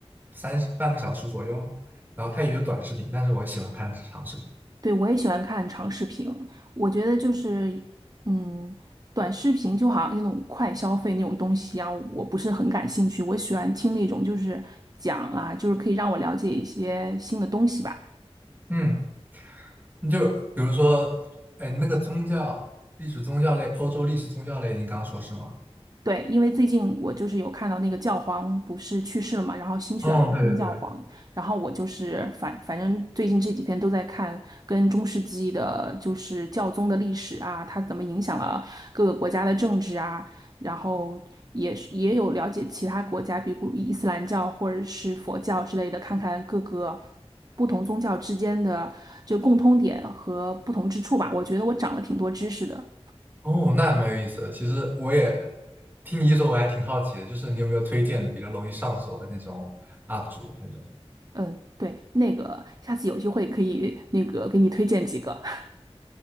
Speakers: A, on the right (about 20°); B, on the right (about 40°).
A: 三十半个小时左右，然后他也有短视频，但是我喜欢看长视频。
B: 对，我也喜欢看长视频，我觉得就是，嗯，短视频就好像那种快消费那种东西啊，我不是很感兴趣。我喜欢听那种就是讲啊，就是可以让我了解一些新的东西吧。
A: 嗯。你就比如说，哎，那个宗教历史宗教类，欧洲历史宗教类，你刚刚说是吗？
B: 对，因为最近我就是有看到那个教皇不是去世了嘛，然后新选了一个新教皇，
A: 嗯，对对对，
B: 然后我就是反反正最近这几天都在看跟中世纪的，就是教宗的历史啊，它怎么影响了各个国家的政治啊，然后也是也有了解其他国家，比如伊斯兰教或者是佛教之类的，看看各个不同宗教之间的这个共通点和不同之处吧。我觉得我长了挺多知识的。
A: 哦，那还蛮有意思的。其实我也听你一说，我还挺好奇的，就是你有没有推荐的比较容易上手的那种 UP 主那种
B: 嗯，对，那个下次有机会可以那个给你推荐几个。<laughs>